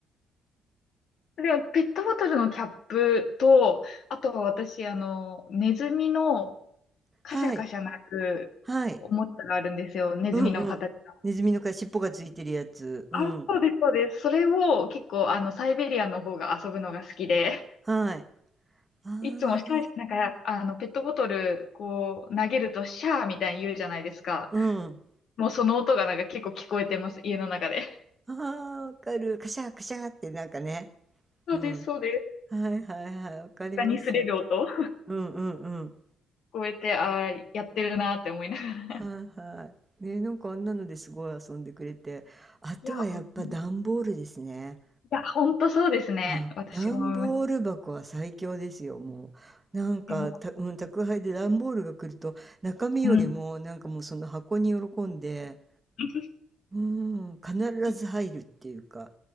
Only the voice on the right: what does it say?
はい、はい。
うんうん。ネズミのか尻尾がついてるやつ。うん。
はい。ああ、
うん。
ああ、わかる。カシャカシャってなんかね。
うん。
はいはいはい。わかります。
うんうんうん。
はいはい。ね、なんかあんなのですごい遊んでくれて。あとはやっぱ段ボールですね。
うん。
段ボール箱は最強ですよ、もう。なんか、
た、うん、宅配で段ボールが来ると、中身よりも、
なんかもうその箱に喜んで、
うん、必ず入るっていうか、